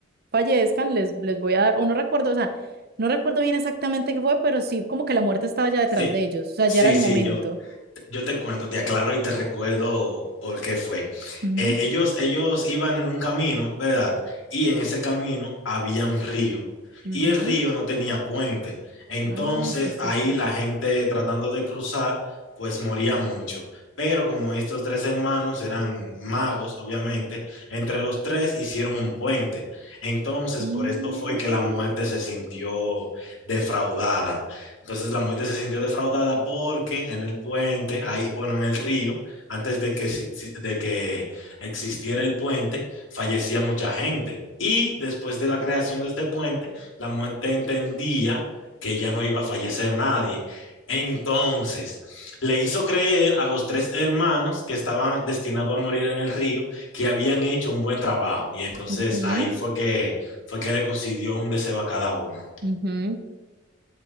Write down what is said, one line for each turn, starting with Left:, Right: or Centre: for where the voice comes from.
Right: fallezcan, les, les voy a dar, o no recuerdo, o sea, no recuerdo bien exactamente qué fue, pero sí, como que la muerte estaba ya detrás
Left: Sí,
Right: de ellos, o sea, ya
Left: Sí,
Right: era el
Left: sí,
Right: momento.
Left: yo, Yo te cuento, te aclaro y te recuerdo por qué fue.
Right: Ujú,
Left: Eh, ellos, ellos iban en un camino, ¿verdad? Y en ese camino había un río.
Right: ujú.
Left: Y el río no tenía puente. Entonces
Right: Ah, sí, sí,
Left: ahí
Right: sí.
Left: la gente tratando de cruzar, pues moría mucho. Pero como estos tres hermanos eran magos, obviamente, entre los tres hicieron un puente. Entonces
Right: Mm,
Left: por esto fue que la muerte se sintió defraudada. Entonces la muerte se sintió defraudada porque en el puente, ahí, bueno, en el río, antes de que, si- si- de que existiera el puente, fallecía mucha gente. Y después de la creación de este puente, la muerte entendía que ya no iba a fallecer nadie. Entonces, le hizo creer a los tres hermanos que estaban destinados a morir en el río, que habían hecho un buen trabajo. Y entonces
Right: Ujú,
Left: ahí fue que, fue que le concedió un deseo a cada uno.
Right: ujú.